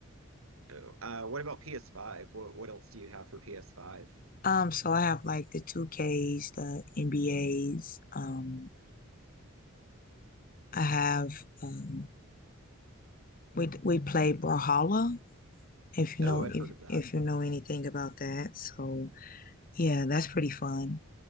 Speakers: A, on the right; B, on the left.
A: Oh, Uh, what about PS5? What what else do you have for PS5?
B: Um, so I have like the 2Ks, the NBAs. Um, I have um, we we play Brawlhalla if you
A: Oh,
B: know
A: I've
B: if
A: heard of that.
B: if you know anything about that. So yeah, that's pretty fun.